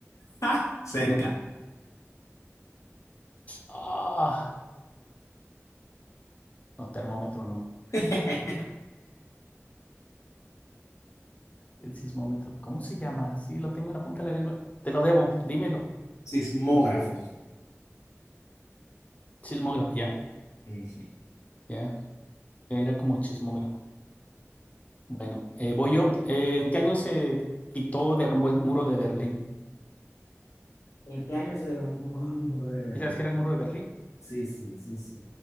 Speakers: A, on the left; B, on the left.
A: ¡Ja! Cerca.
B: No. Ah, no, termómetro no.
A: <laughs>
B: El sismómetro, ¿cómo se llama? Sí, lo tengo en la punta de la lengua. Te lo debo, dímelo.
A: Sismógrafo.
B: Sismógrafo, ya,
A: Ujú.
B: ya. Era como chismógrafo. Bueno, eh, voy yo. Eh, ¿en qué año se quitó, derrumbó el muro de Berlín?
A: ¿En qué año se derrumbó el muro de Berlín?
B: ¿Y sabes qué era el muro de Berlín?
A: Sí, sí, sí, sí.